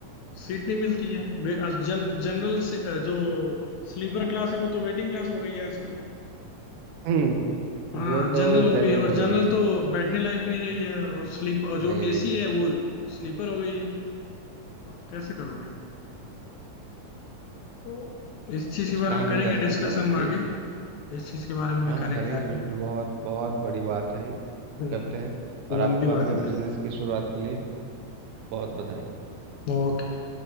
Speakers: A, on the left; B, on the right.
A: सीट नहीं मिलती है वे अ, जन, जनरल से अ, जो स्लीपर क्लास है वो तो वेटिंग क्लास हो गई है आजकल
B: हम्म,
A: हाँ
B: वो तो
A: जनरल हो
B: जनरल
A: गई है, और
B: हो
A: जनरल
B: गई है
A: तो बैठने लायक भी नहीं रही है और स्लीप और जो
B: नहीं रही
A: एसी है वो स्लीपर हो गई है तो आप कैसे करोगे तो इस चीज
B: कुछ
A: के बारे
B: कहा
A: में करेंगे
B: नहीं जा सकता
A: डिस्कस
B: बस
A: हम आगे
B: ये
A: इस चीज के बारे में भी
B: हाँ हाँ,
A: करेंगे
B: करेंगे
A: आगे
B: बिल्कुल बहुत बहुत बड़ी बात है ये,
A: हम्म,
B: करते हैं और
A: लंबी
B: आपको
A: बात
B: आपके
A: है
B: बिजनेस की शुरुआत के लिए बहुत बधाई
A: ओके